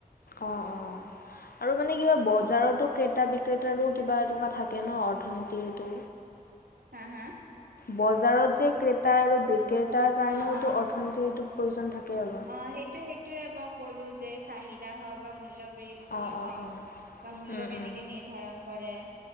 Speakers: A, on the left; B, on the right.
A: অ‌ অ আৰু মানে কিবা বজাৰতো ক্ৰেতা বিক্ৰেতাৰো কিবা এটকা থাকে ন অৰ্থনীতিৰটো
B: হা হা
A: বজাৰত যে ক্ৰেতা আৰু বিক্ৰেতাৰ কাৰণেওতো
B: অ অ
A: অৰ্থনীতিৰ টো প্ৰয়োজন থাকে আৰু।
B: অ সেইটো সেইটোয়ে মই ক'লো যে চাহিদা হওক বা মূল্য বৃদ্ধি
A: অঁ
B: হওক
A: অঁ অঁ
B: বা মূল্য
A: উম
B: কেনেকে
A: উম
B: নিৰ্ধাৰণ কৰে